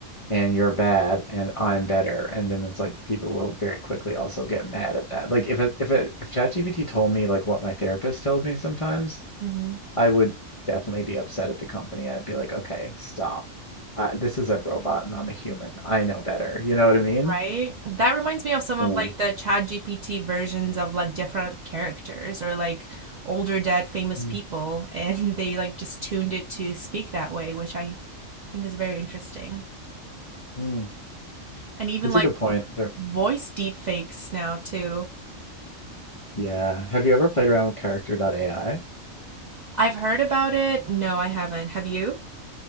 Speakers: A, on the left; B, on the right.
A: and you're bad and I'm better. And then it's like people will very quickly also get mad at that. Like if it, if it, if ChatGPT told me like what my therapist tells me sometimes,
B: hmm
A: I would definitely be upset at the company. I'd be like, okay, stop. Uh, this is a robot and I'm a human. I know better. You know what I mean?
B: Right? That reminds me of some
A: Mm.
B: of like the ChatGPT versions of like different characters or like older dead famous
A: Mm.
B: people and <laughs> they like just tuned it to speak that way, which I think is very interesting.
A: Mm.
B: And even
A: That's
B: like
A: a good point. There,
B: voice deepfakes now too.
A: yeah. Have you ever played around with Character AI?
B: I've heard about it. No, I haven't. Have you?